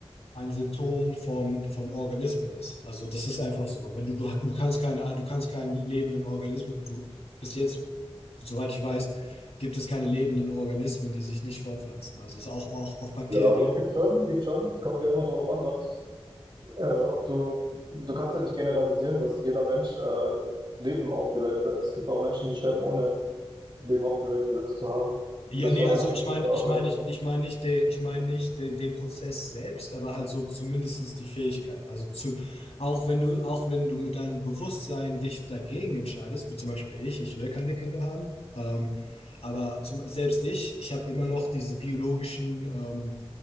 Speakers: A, on the left (about 85°); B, on the right (about 50°).
A: ein Symptom von, von Organismen ist. Also das ist einfach so. Wenn du, du, du kannst keinen, du kannst keinen lebenden Organismus, du bis jetzt, soweit ich weiß, gibt es keine lebenden Organismen, die sich nicht fortpflanzen. Also es auch, auch, auch Bakterien,
B: Ja, doch, gibt schon, gibt schon. Es kommt ja immer darauf an, was Äh, ob du, du kannst ja nicht generalisieren, dass jeder Mensch äh, Leben auf die Welt setzt. Es gibt auch Menschen, die sterben, ohne Leben auf die Welt gesetzt zu haben. Und
A: Ja,
B: das
A: nee,
B: war
A: also
B: ja auch
A: ich
B: ein lebender
A: meine, ich
B: Organismus.
A: meine nicht, ich meine nicht den, ich meine nicht den, den Prozess selbst, aber halt so zumindestens die Fähigkeit. Also zu, auch wenn du, auch wenn du mit deinem Bewusstsein dich dagegen entscheidest, wie zum Beispiel ich, ich will keine Kinder haben, ähm, aber zum, selbst ich, ich habe immer noch diese biologischen ähm,